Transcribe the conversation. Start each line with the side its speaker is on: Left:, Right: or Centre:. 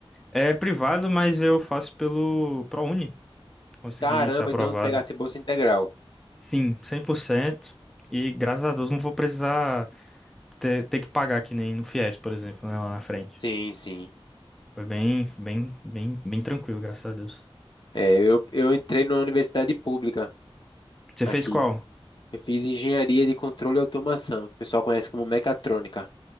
Centre: É privado, mas eu faço pelo ProUni. Consegui
Left: Caramba,
Centre: ser aprovado.
Left: então eu vou pegar essa bolsa integral.
Centre: Sim, cem por cento E graças a Deus não vou precisar ter, ter que pagar que nem no Fies, por exemplo, né, lá na frente.
Left: Sim, sim.
Centre: Foi bem, bem, bem, bem tranquilo, graças a Deus.
Left: É, eu, eu entrei numa universidade pública
Centre: Você
Left: aqui.
Centre: fez qual?
Left: Eu fiz engenharia de controle e automação, que o pessoal conhece como mecatrônica,